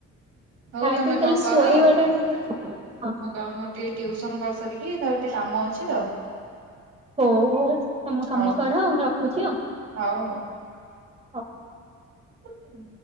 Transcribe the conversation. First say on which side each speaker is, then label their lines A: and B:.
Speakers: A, on the right; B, on the right.
A: ହଉ
B: ଖାଇ
A: ତମେ
B: ପିଇ ଖାଲି
A: କଣ
B: ଶୋଇବା
A: କର
B: ଟା ଟିକେ ହଁ।
A: ମୁଁ କ ମୁଁ ଟିକେ ଟ୍ୟଉସନ କରିସାରିକି ତାର ଟିକେ କାମ ଅଛି ତ।
B: ହଉ ହୋ ତମ କାମ
A: ହଉ
B: କର ଆଉ ରଖୁଛି ଆଉ।
A: ହଉ ହଉ।
B: ହଁ।
A: ହୁଁ।